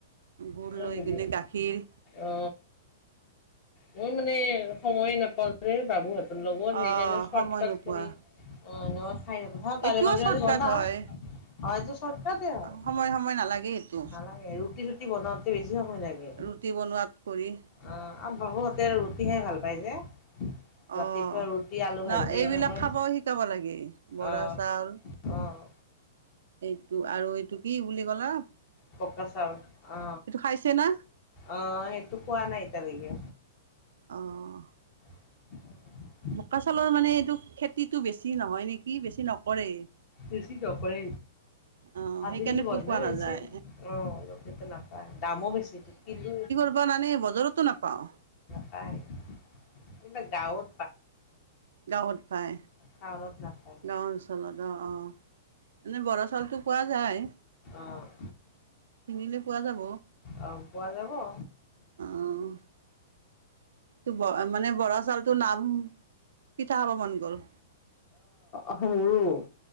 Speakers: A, on the right; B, on the left.
A: গুৰ
B: অ',
A: লৈ
B: সুধি
A: কিনে গাখীৰ।
B: অ মই মানে সময় নাপাওঁ যে বাবুহঁত লগতনিনি
A: অ
B: শৰ্ট
A: সময়
B: কাট
A: নোপোৱা
B: কৰি অ ন্ খাই থকো ময়ো তাৰে
A: এইটোও
B: মাজে
A: চৰ্টকাট
B: মাজে বনাওঁ।
A: হয়
B: অ এইটো ৰ্শট কাটে হয়
A: সময় সময় নালাগে এইটো
B: নালাগে ৰুটি চুটি বনাওঁ বেছি সময় লাগে
A: ৰুটি বনোৱাত কৰি
B: অ আৰু বাবুহঁতে ৰুটিহে ভাল পাই যে, ৰাতিপুৱা
A: অ
B: ৰুটি আলু
A: না
B: ভাজি
A: এইবিলাক
B: এনেকৈ
A: খাবওঁ শিকাব লাগে বৰা
B: অ',
A: চাউল।
B: অ',
A: এইটো আৰু এইটো কি বুলি কলা।
B: বোকা চাউল অ
A: এইটো খাইছে না
B: অ সেইটো খোৱা নাই এতিয়া লৈকে?
A: অহ্
B: <inaudible>
A: বোকা চাউলৰ মানে এইটো খেতিটো বেছি নহয় নেকি বেছি নকৰে।
B: বেছি নকৰে।
A: অ',
B: আজিকালি
A: সেইকাৰণে পো
B: বন্ধই
A: পোৱা
B: হৈছে
A: নাযায়।
B: অ লোকেলটো নাপায় দামো বেছিকিনো।
A: জাকিবানানে বজাৰতো নাপাওঁ
B: পায়। এইবিলাক গাঁৱত।
A: গাঁৱত পাই।
B: টাউনত নাপাই।
A: গাঁও অঞ্চলত অ অ এনে বৰা চাউলটো পোৱা যায়
B: অহ্
A: কিনিলে পোৱা যাব।
B: অ পোৱা যাব ম
A: অ', এইটো ব মানে বৰা চাউলটোৰ নাম পিঠা খাব মন গ'ল।
B: অহ মোৰো।